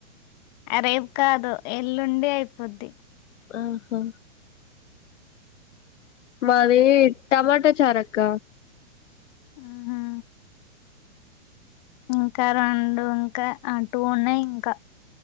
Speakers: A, on the left; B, on the left.
A: అ రేపు కాదు ఎల్లుండి అయిపోద్ది
B: ఆహా మాది టమాటా చారక్క
A: ఆహా ఇంకా రెండు ఇంకా అ టూ ఉన్నాయి ఇంకా